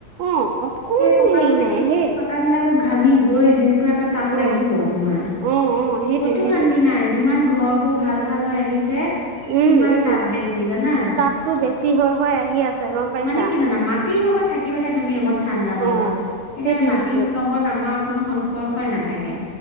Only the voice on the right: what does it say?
অ অকনো
হেৰি নাই হে
অ
অ অ সেইটোৱে
সেইটোৱে
উম
উম
তাপতো বেছি হৈ হৈ আহি আছে গম পাইছা
অ
সেইটোৱে
সেইটোৱে